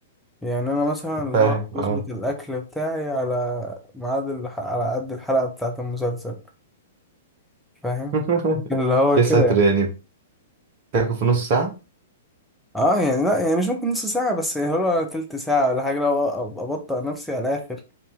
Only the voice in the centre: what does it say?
يعني انا مثلا اللي
هو بظبط
الاكل بتاعي على ميعاد الح- على قد الحلقه بتاعه المسلسل فاهم
<laughs> اللي هو
كده
يعني.
اه يعني لا يعني مش ممكن نص ساعه بس يعني هو تلت ساعه ولا حاجه لو أ- ابطأ نفسي على الاخر